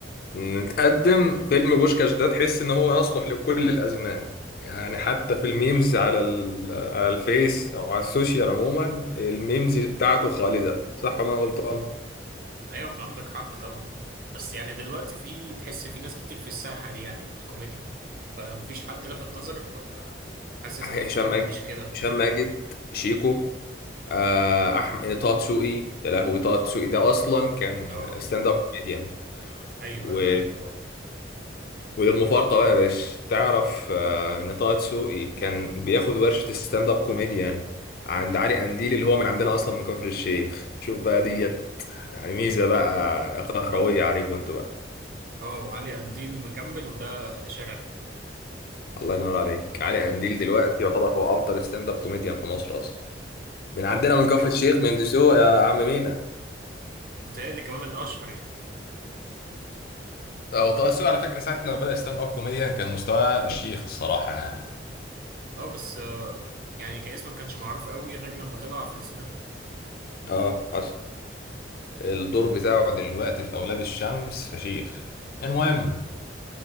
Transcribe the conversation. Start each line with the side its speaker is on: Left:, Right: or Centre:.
Left: اتقدم فيلم بوشكاش ده تحس ان هو يصلح لكل الازمان يعني حتى في الميمز على ال- على الفيس او على السوشيال عموما الميمز بتاعته خالدة صح ولا انا غلطان
Right: أيوة أنت عندك حق طبعا بس يعني دلوقتي في تحس في ناس كتير في الساحة دي يعني في الكوميديا فمفيش حد لفت نظرك ولا حاسس
Left: هشام
Right: إن مستواهم
Left: ماجد
Right: مش كده
Left: هشام ماجد شيكو آه، احمد طه دسوقي يا لهوي طه دسوقي ده اصلا كان
Right: أه
Left: ستاند اب كوميديان
Right: أيوة
Left: و
Right: أنا عارف أه
Left: والمفارقه بقى يا باشا تعرف آه، ان طه دسوقي كان بياخد ورشه ستاند اب كوميديان عند علي قنديل اللي هو من عندنا اصلا من كفر الشيخ شوف بقى ديت يعني ميزه بقى قهرويه عليكم انتوا بقى
Right: أه وعلي قنديل مكمل وده شرف بقى
Left: الله ينور عليك علي قنديل دلوقتي يعتبر هو افضل ستاند اب كوميديان في مصر اصلا من عندنا
Right: أه متهيألي
Left: من كفر
Right: كمان
Left: الشيخ من دسوق يا عم مينا
Right: متهيألي كمان الأشهر يعني
Left: هو طه السوقي على فكرة ساعة لما بدأ ستاند اب كوميديان كان مستواه فشيخ الصراحة يعني
Right: أه بس آه، يعني كاسم ما كانش معروف قوي غير لما طلع في السينما
Left: اه حصل الدور بتاعه دلوقتي في أولاد الشمس فشيخ المهم